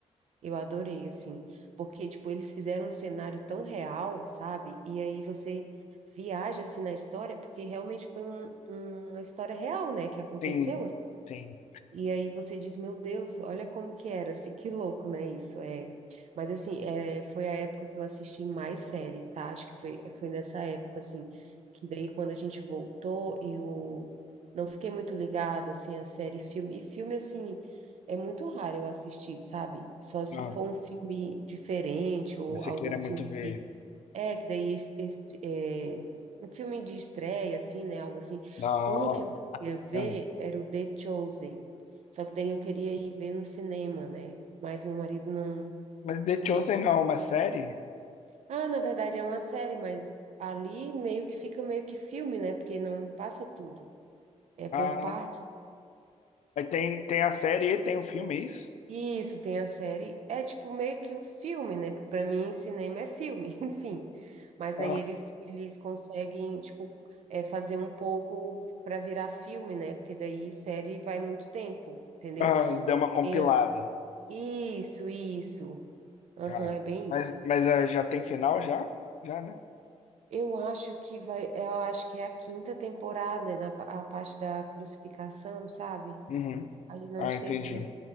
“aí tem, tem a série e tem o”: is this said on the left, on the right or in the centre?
Left